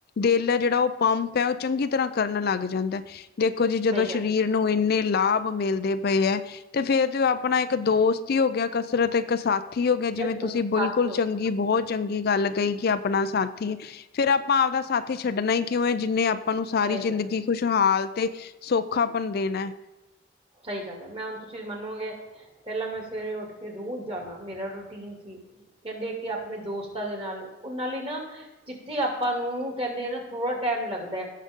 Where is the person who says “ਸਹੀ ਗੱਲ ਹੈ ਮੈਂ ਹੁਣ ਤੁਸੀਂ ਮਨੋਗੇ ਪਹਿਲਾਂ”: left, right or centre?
Right